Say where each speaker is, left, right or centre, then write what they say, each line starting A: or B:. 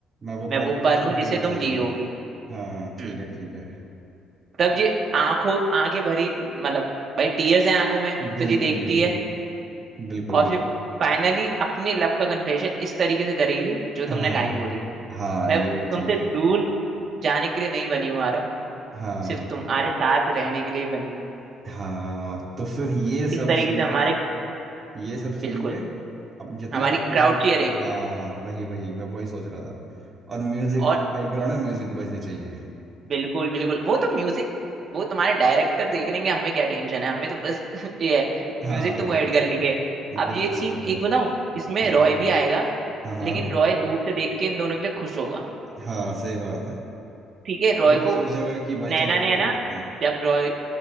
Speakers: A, on the right; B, on the right.
A: मैं वो
B: मैं
A: पल
B: वो
A: हूँ
B: पल
A: जिसे
B: हूँ
A: जीना
B: जिसे
A: चाहिए
B: तुम जियोगी
A: हाँ ठीक
B: हम्म
A: है ठीक है
B: तब जी आंखों आंखें भरी मतलब भाई टीयर्स हैं आंखों में तो
A: बिल्कुल
B: जी देखती
A: बिल्कुल
B: है
A: बिल्कुल
B: और फिर
A: बिल्कुल
B: फाइनली अपने लव का कन्फेशन इस तरीके से करेगी जो तुमने
A: हाँ
B: लाइन बोली
A: हाँ
B: मैं
A: ये
B: तुमसे
A: भी ठीक है
B: दूर जाने के लिए नहीं बनी हूँ आरव
A: हाँ
B: सिर्फ तुम्हारे साथ रहने के लिए बनी हूँ
A: हाँ तो फिर ये
B: इस
A: सब
B: तरीके
A: सुन
B: से हमारे
A: के ये सब
B: बिल्कुल
A: सुन के अब जितना
B: हमारी
A: भी
B: क्राउड
A: क्वालिटी
B: चीयरिंग
A: हाँ वही वही मैं वही सोच रहा था और म्यूजिक
B: और
A: बैकग्राउंड में म्यूजिक बजने चाहिए
B: बिल्कुल बिल्कुल वो तो म्यूजिक वो तुम्हारे डायरेक्टर देख लेंगे हमें क्या टेंशन है हमें तो बस <laughs> ये है
A: हाँ
B: म्यूजिक तो वो ऐड कर लेंगे
A: बिल्कुल
B: अब ये सीन
A: बिल्कुल
B: एक बताऊं इसमें
A: हाँ
B: रॉय भी आएगा
A: हाँ हाँ
B: लेकिन रॉय दूर से देख के इन दोनों के लिए खुश होगा
A: हाँ सही बात है
B: ठीक है रॉय
A: वो भी
B: को
A: सोच जाएगा कि भाई
B: नैना
A: चलो कोई
B: ने है ना
A: बात नहीं
B: जब रॉय